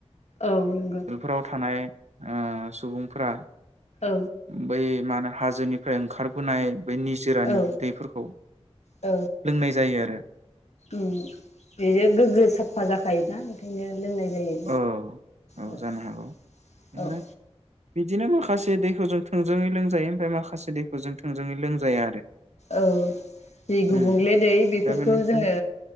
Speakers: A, on the left (about 80°); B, on the right (about 80°).
A: औ नंगौ।
B: फ्राव थानाय ओ सुबुंफोरा
A: औ
B: उम बै मानो हाजोनिफ्राय ओंखारबोनाय बै निजोरानि
A: औ
B: दैफोरखौ
A: औ
B: लोंनाय जायो आरो
A: उम बियो गोग्गो साफा जाखायोना? बियो। लोंनाय जायो
B: औ औ
A: ओ
B: जानो हागौ ओमफ्राय
A: ओ‌
B: बिदिनो माखासे दैखौ जों थोंजोङै लोंजायो ओमफाय माखासे दैखौ जों थोंजोङै लोंजाया आरो
A: औ दै गुबुंले
B: उम
A: दै बेफोरखौ
B: दा बेनिफ्राय
A: जोङो